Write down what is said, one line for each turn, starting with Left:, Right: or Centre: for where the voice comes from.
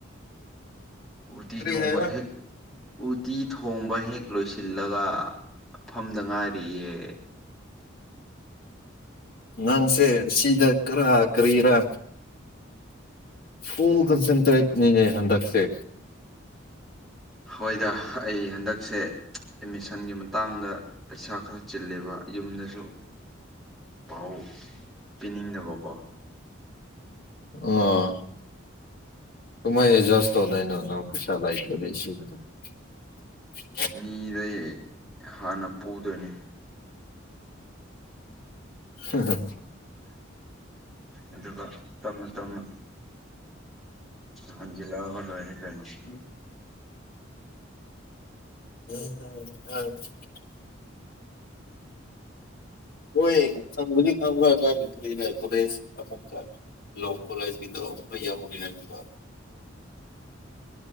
Centre: ꯎꯇꯤ
Left: ꯀꯔꯤ
Centre: ꯊꯣꯡꯕ
Left: ꯍꯥꯏꯕ
Centre: ꯍꯦꯛ ꯎꯇꯤ ꯊꯣꯡꯕ ꯍꯦꯛ ꯂꯣꯏꯁꯤꯜꯂꯒ ꯐꯝꯗ ꯉꯥꯏꯔꯤꯌꯦ
Left: ꯅꯪꯁꯦ ꯁꯤꯗ ꯀꯔꯥ ꯀꯔꯤꯔ ꯐꯨꯜ ꯀꯟꯁꯟꯇ꯭ꯔꯦꯠ ꯅꯤꯅꯦ ꯍꯟꯗꯛꯁꯦ
Centre: ꯍꯣꯏꯗ ꯑꯩ ꯍꯟꯗꯛꯁꯦ ꯑꯦꯠꯃꯤꯁꯟꯒꯤ ꯃꯇꯥꯡꯗ ꯄꯩꯁꯥ ꯈꯔ ꯆꯤꯜꯂꯦꯕ ꯌꯨꯝꯗꯁꯨ ꯄꯥꯎ ꯄꯤꯅꯤꯡꯗꯕꯀꯣ
Left: ꯑꯣ ꯀꯨꯃꯥꯏ ꯑꯦꯖꯁꯇꯧꯗꯣꯢꯅꯣ ꯅꯪ <unintelligible>
Centre: ꯃꯤꯗꯩ ꯍꯥꯟꯅ ꯄꯨꯗꯣꯏꯅꯦ
Left: ꯍꯝ ꯍꯝ
Centre: ꯑꯗꯨꯒ ꯇꯞꯅ ꯇꯞꯅ ꯍꯖꯤꯜ ꯂꯛ ꯑꯒ ꯑꯣꯏꯔꯦ ꯀꯩꯅꯣ
Left: ꯎꯝ <unintelligible> <unintelligible> ꯂꯣ ꯀꯣꯂꯦꯖꯀꯤꯗꯣ ꯑꯩꯈꯣꯏ ꯌꯥꯎꯕꯅꯦ ꯍꯥꯏꯗꯨꯗ